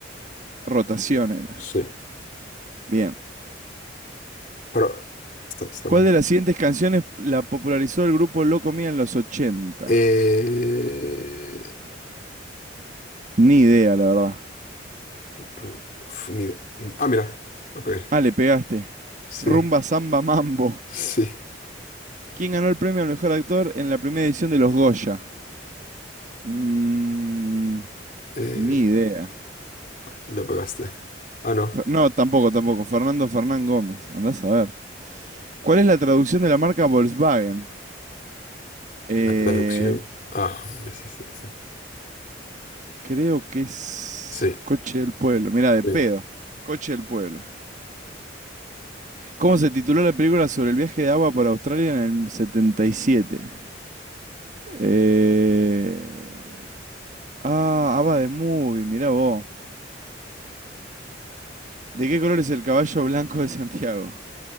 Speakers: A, on the right; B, on the left.
A: rotación era.
B: sí.
A: Bien.
B: Pero está, está
A: ¿Cuál
B: mal.
A: de las siguientes canciones la popularizó el grupo Loco Mía en los 80?
B: Eh,
A: Ni idea, la verdad.
B: ru- ru- uf, ni- ah, mira, la pegué.
A: Ah, le pegaste.
B: Sí,
A: Rumba Samba Mambo.
B: sí,
A: ¿Quién ganó el premio al mejor actor en la primera edición de los Goya? Mm,
B: eh,
A: ni idea.
B: la pegaste. Ah, no,
A: Fe- No, tampoco, tampoco. Fernando Fernán Gómez. Andás a ver. ¿Cuál es la traducción de la marca Volkswagen? Eh,
B: la traducción. Ah, ya sé, sí, lo sé.
A: Creo que es
B: Sí,
A: Coche del Pueblo. Mira, de
B: sí.
A: pedo. Coche del Pueblo. ¿Cómo se tituló la película sobre el viaje de Ava por Australia en el 77? Eh... Ah, Ava de Movie, mirá vos. ¿De qué color es el caballo blanco de Santiago?